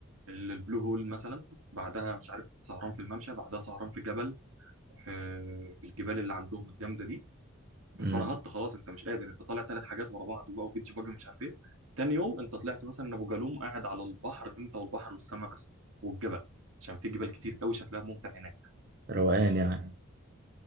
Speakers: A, on the right; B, on the right.
A: ال- البلو هول مثلا بعدها مش عارف سهران في الممشى بعدها سهران في جبل في في الجبال اللي عندهم الجامده دي
B: امم
A: فرهدت خلاص انت مش قادر انت طالع ثلاث حاجات ورا بعض بقى وبيتش باجي ومش عارف ايه تاني يوم انت طلعت مثلا ابو جالوم قاعد على البحر انت والبحر والسماء بس والجبل عشان في جبال كتير قوي شكلها ممتع هناك
B: روقان يعني